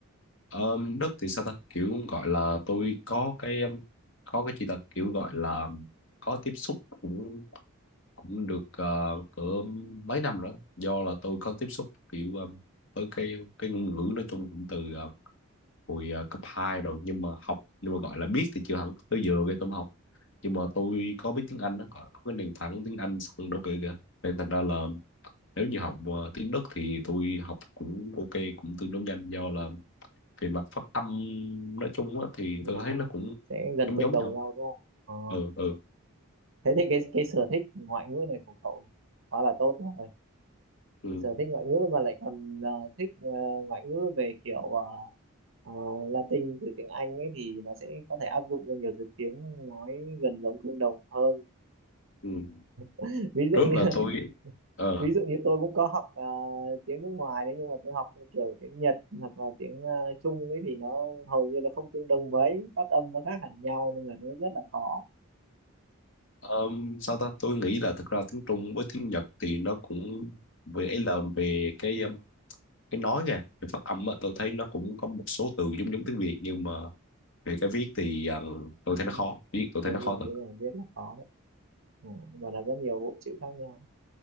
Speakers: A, on the left; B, on the right.
A: Ờm, đất thì sao ta kiểu gọi là tôi có cái um, có cái chỉ là kiểu gọi là có tiếp xúc cũng cũng được ờ, cỡ mấy năm nữa do là tôi có tiếp xúc kiểu um, với cái cái ngôn ngữ nói chung cũng từ hồi ờ, cấp 2 rồi nhưng mà học nhưng mà gọi là biết thì chưa hẳn tới giờ cái tôi mới học nhưng mà tôi có biết tiếng Anh đó gọi là có cái nền tảng tiếng Anh sẵn đâu kìa kìa nên thành ra là nếu như học ờ, tiếng Đức thì tôi học cũng ok cũng tương đối nhanh do là về mặt phát âm nói chung á, thì
B: nó
A: tôi thấy nó cũng
B: sẽ gần
A: giống
B: tương
A: giống
B: đồng
A: nhau
B: nhau đúng không Ờ
A: ừ ừ
B: thế thì cái cái sở thích ngoại ngữ này của cậu quá là tốt rồi
A: ừ,
B: sở thích ngoại ngữ mà lại còn ờ, thích ờ, ngoại ngữ về kiểu ờ, ờ, Latin từ tiếng Anh ấy thì nó sẽ có thể áp dụng cho nhiều thứ tiếng nói gần giống tương đồng hơn
A: ừ.
B: <laughs> ví dụ
A: trước
B: như
A: là
B: <laughs>
A: tôi ờ
B: ví dụ như tôi cũng có học ờ, tiếng nước ngoài đấy nhưng mà tôi học theo kiểu tiếng Nhật hoặc là tiếng ờ, Trung ấy thì nó hầu như nó không tương đồng mấy phát âm nó khác hẳn nhau nên là nó rất là khó
A: um, sao ta tôi nghĩ là thực ra tiếng Trung với tiếng Nhật thì nó cũng về ấy là về cái cái nói nha cái phát âm á, tôi thấy nó cũng có một số từ giống giống tiếng Việt nhưng mà về cái viết thì ờ, tôi
B: nhiều
A: thấy nó khó
B: nhiều
A: viết tôi thấy
B: nhiều
A: nó
B: nhiều
A: khó thật
B: nhiều biết là khó đấy ừ, và là rất nhiều bộ chữ khác nhau